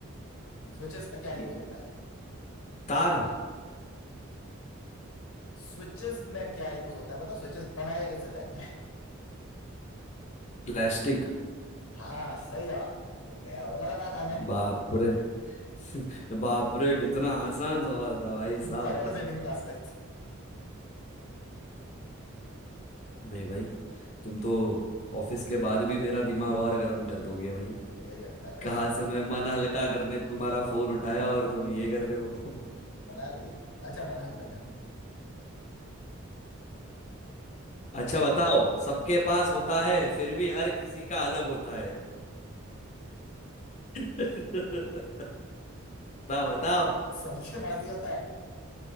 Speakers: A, on the left (about 85°); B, on the left (about 35°).
A: स्विचेस पे क्या
B: ये-
A: यूज होता है
B: तार
A: स्विचेस में क्या यूज होता है मतलब स्विचेस बनाए कैसे जाते हैं
B: प्लास्टिक
A: हाँ सही जवाब मैं वो लगा था ने
B: बाप रे <laughs> बाप रे कितना आसान सवाल था भाई साहब
A: Thermosetting
B: <laughs>
A: plastic
B: नहीं भाई तुम तो ऑफिस के बाद भी मेरा दिमाग और गर्म कर दोगे भाई
A: यही होता है भाई
B: कहाँ से मैं मन हल्का करने तुम्हारा फोन उठाया और तुम ये कर रहे हो
A: मनाली अच्छा मन हल्का
B: <laughs>
A: करना
B: अच्छा बताओ सबके
A: <laughs> हम्म।
B: पास होता है फिर भी हर किसी का अलग होता है <laughs> बताओ बताओ
A: सबके पास ही होता है